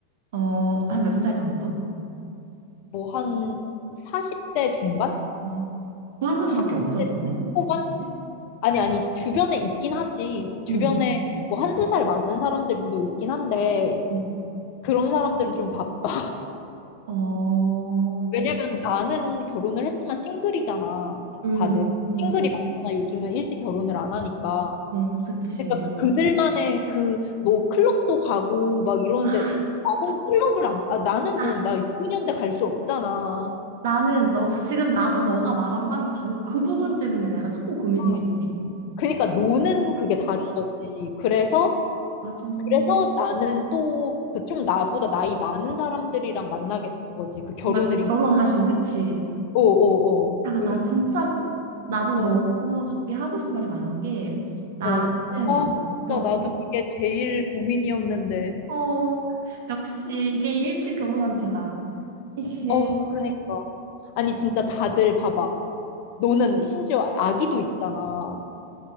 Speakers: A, on the right; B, on the left.
A: 어, 한 몇 살 정도?
B: 뭐, 한 40대 중반?
A: 어. 그런 분들밖에
B: 40대
A: 없어, 근데?
B: 초반?
A: 주변에?
B: 아니, 아니, 주변에 있긴 하지. 주변에
A: 응.
B: 뭐 한두 살 많은 사람들도 있긴 한데,
A: 응.
B: 그런 사람들은 좀 바빠.
A: 어,
B: 왜냐면 나는 결혼을 했지만 싱글이잖아. 다-
A: 응,
B: 다들
A: 응,
B: 싱글이
A: 응,
B: 많잖아. 요즘은 일찍 결혼을 안 하니까.
A: 응, 응, 그치.
B: 그러니까 그들만의 그 뭐 클럽도 가고 막 이러는데
A: 아,
B: 나는 클럽을 안, 아, 나는
A: 아,
B: 뭐 나 6년대 갈 수 없잖아.
A: 나는 너, 지금 나도 너가 말한 바로, 바로 그 부분 때문에 내가 조금 고민이긴
B: 아,
A: 해.
B: 그러니까 노는
A: 어,
B: 그게 다른 거지. 그래서
A: 맞아. 음,
B: 그래서 나는 또 그 좀 나보다 나이 많은 사람들이랑 만나게 된 거지. 그 결혼을
A: 뭔가
B: 이-
A: 결혼하신, 그치?
B: 어, 어, 어.
A: 야,
B: 그-
A: 나 진짜, 나도
B: 어.
A: 너무 거기 하고 싶은 말이 많은 게, 나는
B: 어. 아, 진짜
A: 여기,
B: 나도 이게 제일 고민이었는데.
A: 어, 역시 이게 일찍 결혼한 죄다. 이게,
B: 어, 그니까. 아니, 진짜 다들 봐봐. 너는 심지어 아기도 있잖아.